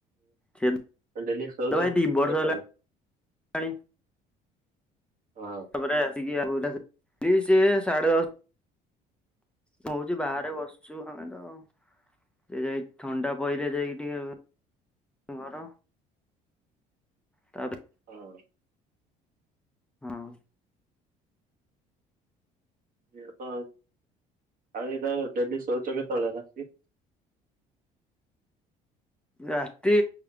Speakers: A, in the centre; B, on the right.
A: ସେ
B: ଆଉ ଡେଲି ଶୋଉଛ
A: ଭାଇ ଦି ବର୍ଷ
B: କେତେବେଳେ
A: ହେଲାଣି
B: ହଁ।
A: ତାପରେ ଆସିକି <unintelligible> ସେ ସାଢେ ଦଶ ହଉଛି ବାହାରେ ବସୁଛୁ ଆମେ ତ ସେ ଯାଇ ଥଣ୍ଡା ପଇଲେ ଯାଇକି ଟିକେ ତମ ଘର? ତାପରେ
B: ହଁ।
A: ହଁ।
B: ସେଇଆ ତ ଆଉ ଡେଲି ଶଉଛ କେତେବେଳେ ରାତି
A: ରାତି